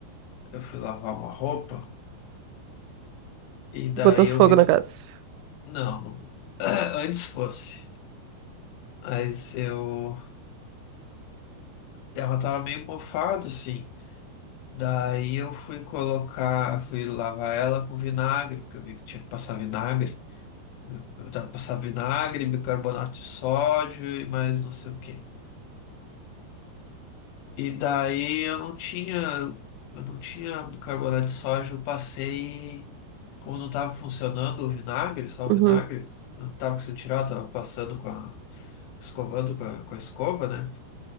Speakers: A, on the left; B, on the right.
A: eu fui lavar uma roupa, e daí
B: Botou fogo
A: eu vi
B: na
A: que,
B: casa.
A: não, não. <clears throat> antes fosse. Mas eu. Ela tava meio mofado, assim. Daí eu fui colocar, fui lavar ela com vinagre, porque eu vi que tinha que passar vinagre. Eu tava passando vinagre, bicarbonato de sódio e mais não sei o quê. E daí eu não tinha, eu não tinha bicarbonato de sódio, eu passei, como não tava funcionando o vinagre, só o
B: Uhum.
A: vinagre, eu não tava conseguindo tirar, eu tava passando com a, escovando com a, com a escova, né?